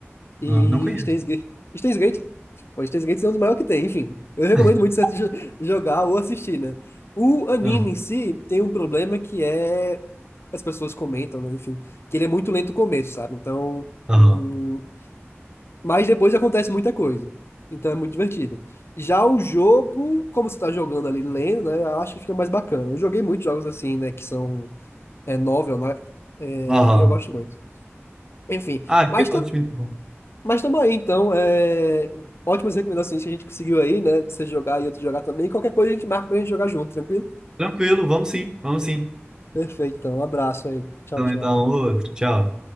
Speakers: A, on the left; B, on the right.
A: E
B: Ah, não conheço.
A: Steins Gate. Steins Gate. Pô, Steins Gate é um dos maiores que tem, enfim. Eu recomendo
B: <laughs>
A: muito você <laughs> jo- jogar ou assistir, né? O anime
B: Ah,
A: em si tem um problema que é. As pessoas comentam, né? Enfim, que ele é muito lento no começo, sabe? Então.
B: Aham.
A: hum, Mas depois acontece muita coisa. Então é muito divertido. Já o jogo, como você tá jogando ali lendo, né? Eu acho que fica mais bacana. Eu joguei muitos jogos assim, né? Que são é novel, né? É,
B: Aham.
A: e eu gosto muito. Enfim,
B: Ah, que
A: mas, tam,
B: ótimo, então.
A: mas também, então, é, ótimas recomendações que a gente conseguiu aí, né? Você jogar e outro jogar também. Qualquer coisa a gente marca pra gente jogar junto, tranquilo?
B: Tranquilo, vamos sim, vamos sim.
A: Perfeito, então. Um abraço aí. Tchau,
B: Então,
A: tchau.
B: então, outro. Tchau.